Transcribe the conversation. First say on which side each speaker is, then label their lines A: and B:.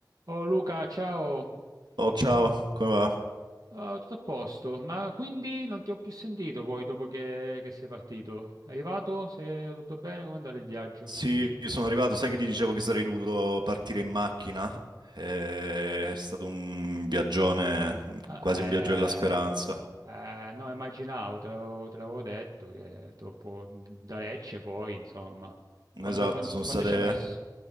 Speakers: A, on the right; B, on the right.
A: Oh Luca, ciao.
B: Oh, ciao, come va?
A: Ah, tutto a posto, ma quindi non ti ho più sentito poi dopo che, che sei partito. È arrivato? Sei tutto bene? Come è andato il viaggio?
B: Sì, sono arrivato, sai che ti dicevo che sarei dovuto partire in macchina? Eh, È stato un viaggione,
A: Ah,
B: quasi un viaggio della speranza.
A: Eh, eh, no, immaginavo, te l'avevo te l'avevo detto che troppo da Lecce poi, insomma.
B: Esatto,
A: Quando, quan-
B: sono
A: quando
B: state
A: ci hai messo?